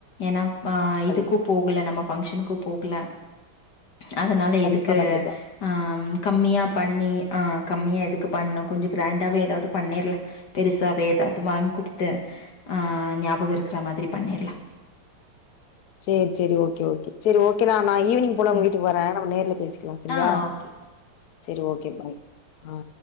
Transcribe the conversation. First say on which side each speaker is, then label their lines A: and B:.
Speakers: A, on the left; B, on the left.
A: ஏன்னா ஆஹ் இதுக்கு
B: ம்
A: போகல நம்ம பங்க்ஷனுக்கு போகல அதனால
B: கண்டிப்பா
A: எதுக்கு
B: கண்டிப்பா
A: ஆம் கம்மியா பண்ணி ஆ கம்மியா எதுக்கு பண்ணணு கொஞ்ச கிராண்டாவே எதாவது பண்ணிரலா பெருசாவே எதாவது வாங்கி குடுத்து ஆ ஞாபக இருக்கிறா மாதிரி பண்ணிர்லா
B: சேரி சேரி ஓகே ஓகே சேரி ஓகே நா நான் ஈவினிங் போல
A: ம்
B: உங்க வீட்டுக்கு வரே நம்ம நேர்ல பேசிக்கலா சரியா
A: ஆ ஓகே.
B: செரி ஓகே பாய் ஆ